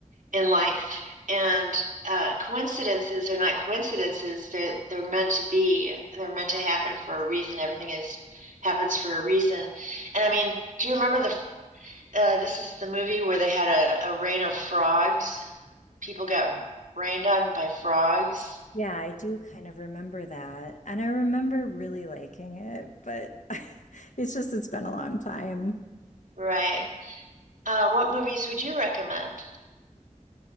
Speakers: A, on the right; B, on the left.
A: in life. And uh, coincidences are not coincidences. They're, they're meant to be, they're meant to happen for a reason. Everything is happens for a reason. And I mean, do you remember the, uh, this is the movie where they had a, a rain of frogs? People got rained on by frogs,
B: Yeah, I do kind of remember that. And I remember really liking it, but <laughs> it's just, it's been a long time.
A: right? Uh, what movies would you recommend?